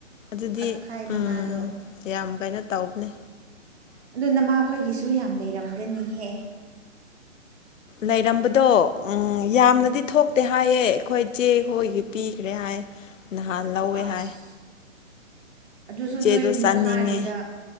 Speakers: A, on the left (about 75°); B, on the right (about 55°).
A: ꯑꯗꯨꯗꯤ
B: ꯐꯛ ꯐꯥꯏ ꯃꯅꯥꯗꯣ
A: ꯎꯝ ꯌꯥꯝ ꯀꯩꯅꯣ ꯇꯧꯕꯅꯤ
B: ꯑꯗꯨ ꯅꯃꯥ ꯈꯣꯏꯒꯤꯁꯨ ꯌꯥꯝ ꯂꯩꯔꯝꯒꯅꯤꯍꯦ
A: ꯂꯩꯔꯝꯕꯗꯣ ꯎꯝ ꯌꯥꯝꯅꯗꯤ
B: ꯎꯝ
A: ꯊꯣꯛ ꯇꯦ ꯍꯥꯏꯌꯦ ꯑꯩꯈꯣꯏ ꯆꯦ ꯍꯣꯏꯒꯤ ꯄꯤꯈ꯭ꯔꯦ ꯍꯥꯏ ꯅꯍꯥꯟ ꯂꯧꯋꯦ
B: ꯑꯁ
A: ꯍꯥꯏ
B: ꯑꯗꯨꯁꯨ
A: ꯆꯦꯗꯣ
B: ꯅꯣꯏ
A: ꯆꯥꯅꯤꯡꯉꯦ
B: ꯃꯈꯥꯒꯤꯗ